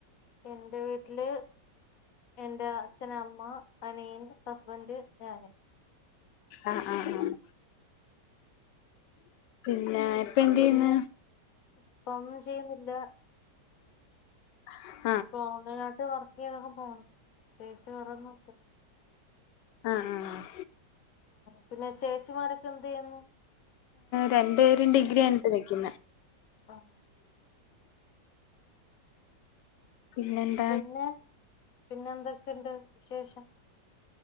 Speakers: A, on the left; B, on the left.
A: എറെ വീട്ടില് എൻ്റെഅച്ഛന അമ്മ അനീയൻ ഹസ്ബന്ഡ് ഞാന്
B: ആഹ ആഹ ആഹ പിന്നെ എന്ത്
A: പിന്നെ
B: ചെയ്യുന്നു
A: ഇപ്പൊ ഒന്നും ചെയ്യുന്നില്ല
B: ഉ
A: പോണ്ടായിട്ട് വർക്ക് ചെയ്തൊക്കെ പോ പ്രത്യേകിച്ച് വറെന്ന ഇല്ല
B: ആഹ ആഹ
A: പിന്നെ ചേച്ചിമാരൊക്കെ എന്ത് യ്യുന്നു
B: രണ്ടു പേരും ഡിഗ്രി കഴിഞ്ഞിട്ട് നിക്കുന്നെ
A: ആഹ
B: പിന്നെന്ത
A: പിന്നെ പിന്നെ എന്തൊക്കെണ്ട് വിശേഷം